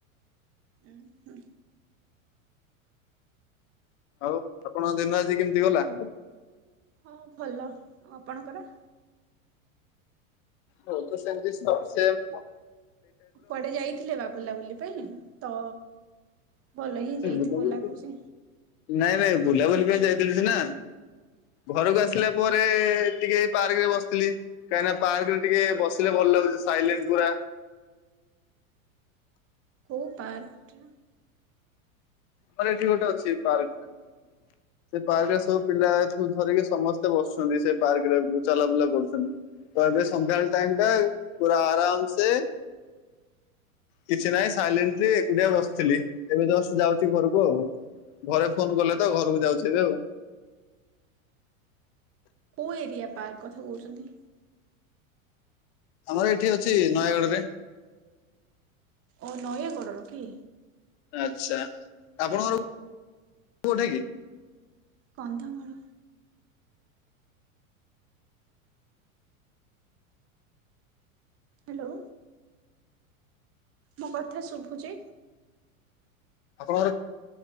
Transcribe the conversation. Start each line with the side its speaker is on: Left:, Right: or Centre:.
Right: ଉଁ ହୁଁ।
Left: ଆଉ ଆପଣ ଦିନ ଆଜି କେମିତି ଗଲା?
Right: ହଁ ଭଲ। ଆଉ ଆପଣଙ୍କର?
Left: ମୁଁ ତ ସେମିତି ସବୁ ସେମ୍।
Right: କୁଆଡେ ଯାଇଥିଲେ ବା ବୁଲାବୁଲି ପାଇଁ ତ ଭଲ ହିଁ
Left: ବୁଲାବୁଲି
Right: ଯାଇଥିବ ଲାଗୁଛି।
Left: ପାଇଁ ନାଇଁ ନାଇଁ ବୁଲାବୁଲି ପାଇଁ ଯାଇଥିଲି ସିନା ଘରକୁ ଆସି ଥିଲା ପରେ ଟିକେ ପାର୍କ ରେ ବସିଥିଲି। କାହିଁକିନା ପାର୍କରେ ଟିକେ ବସିଲେ ଭଲ ଲାଗୁଛି ସାଇଲେଣ୍ଟ ପୁରା।
Right: କୋଉ ପାର୍କ ରେ?
Left: ମାନେ ଏଠି ଗୋଟେ ଅଛି ପାର୍କ। ସେ ପାର୍କ ରେ ସବୁ ପିଲା ଏଠୁ ଧରିକି ସମସ୍ତେ ବସୁଛନ୍ତି ସେ ପାର୍କ ରେ ଚାଲା ବୁଲା କରୁଛନ୍ତି। ତ ଏବେ ସନ୍ଧ୍ୟାବେଳ ଟାଇମ ଟା ପୁରା ଆରାମ ସେ କିଛି ନାହିଁ ସାଇଲେଣ୍ଟଲି ଏକୁଟିଆ ବସିଥିଲି ଏବେ ଜଷ୍ଟ ଯାଉ ତି ଘରକୁ ଆଉ ଘରେ ଫୋନ କଲେ
Right: ଉଁ ହୁଁ
Left: ତ ଘରକୁ ଯାଉଛି ଏବେ ଆଉ।
Right: କୋଉ ଏରିଆ ପାର୍କ କଥା କହୁଛନ୍ତି?
Left: ଆମର ଏଠି ଅଛି ନୟାଗଡ ରେ।
Right: ଓ ନୟଗଡ଼ର କି?
Left: ଆଛା ଆପଣଙ୍କର କୋଉଠା କି?
Right: କନ୍ଧମାଳ। ହ୍ୟାଲୋ। ମୋ କଥା ଶୁଭୁଛି?
Left: ଆପଣଙ୍କର